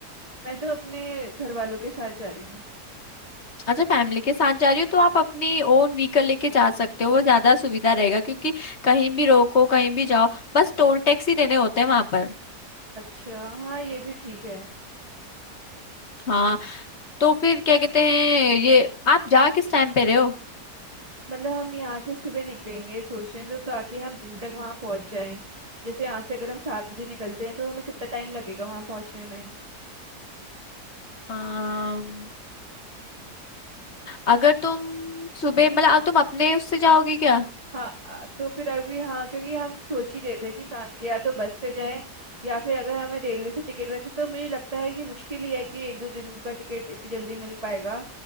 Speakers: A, on the right; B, on the left.
A: मैं तो अपने घर वालों के साथ जा रही हूँ
B: अच्छा फैमिली के साथ जा रही हो तो आप अपनी ओन व्हीकल लेके जा सकते हो वो ज्यादा सुविधा रहेगा क्योंकि कहीं भी रोको कहीं भी जाओ बस टोल टैक्स ही देने होते हैं वहां पर
A: अच्छा हाँ ये भी ठीक है
B: हाँ तो फिर क्या कहते हैं ये आप जा किस टाइम पे रहे हो
A: मतलब हम यहाँ से सुबह निकलेंगे सोच रहे हैं तो ताकि हम दिन तक वहाँ पहुँच जाएं जैसे यहाँ से अगर हम सात बजे निकलते हैं तो हमें कितना टाइम लगेगा वहाँ पहुँचने में
B: अम, अगर तुम सुबह मतलब अब तुम अपने उससे जाओगी क्या
A: हाँ आ, तो फिर अभी हाँ क्योंकि हम सोच ही रहे थे कि कहाँ कि या तो बस से जाए या फिर अगर हमें रेलवे से टिकट वैसे तो मुझे लगता है कि मुश्किल ही है कि एक दो दिन का टिकट इतनी जल्दी मिल पाएगा